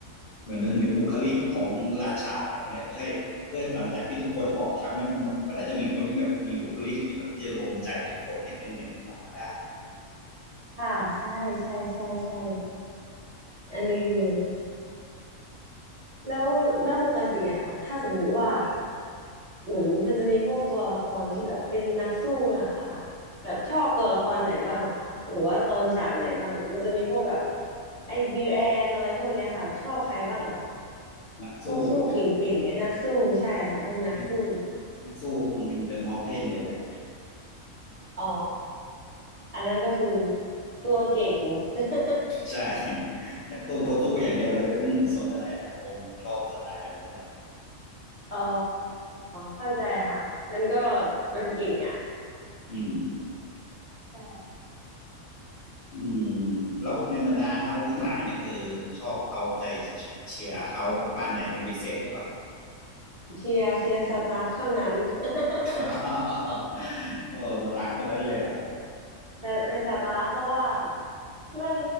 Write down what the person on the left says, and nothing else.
เหมือนหนึ่งเป็นบุคลิกของราชาอะไรเงี้ยเพื่อให้เพื่อหลังจากที่ทุกคนบอบช้ำกันหมดก็น่าจะมีคนที่แบบมีบุคลิกที่แบบที่จะรวมใจทุกคนให้เป็นหนึ่งกลับมาได้
นักสู้
นักนักสู้คงเป็นเดอะเมลเทนเลยแหละ
ใช่นักสู้ก็สู้อย่างเดียวเลยไม่ต้องสนอะไรแหละผมชอบสไตล์แบบนั้นแหละ
อืม
อืมแล้วในบรรดาเฮาทั้งหลายนี่คือชอบเอาใจเชียร์เฮาบ้านไหนเป็นพิเศษหรือเปล่า
<laughs> โอ้สตาร์ทคนนั้นเลยอ่ะ